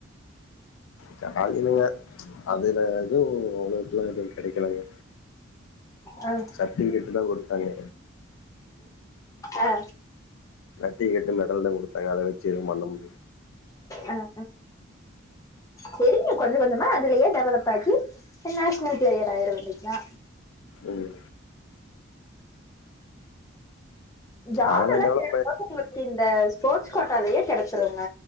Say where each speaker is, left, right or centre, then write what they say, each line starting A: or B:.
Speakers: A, on the left; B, on the left.
A: ஜாலியில்ல ச்சு அதுல எதுவும் அவளோகெல்லா எதுவும் கிடைக்கலங்க
B: ஆ
A: சத்தம் கேட்டு தான் கொடு அங்க
B: அஹ அ
A: நட்டி எட்டு மெடல் தான் கொடுத்தாங்க அத வச்சு எதும் பண்ண மு
B: ஆ ஆ செரிங்க கொஞ்ச கொஞ்சமா அதுலயே டெவலப் ஆகி நேஷ்னல் பிளேயர் ஆயிரவேண்டியதுதா
A: ம்
B: ஜாட்
A: அதெல்லா
B: எல்லா
A: டெவலப்
B: தெரப்பாங்க
A: ஆயி
B: உங்களுக்கு இந்த ஸ்டோட்ஸ் கோட்டாலயே கிடைச்சிருங்க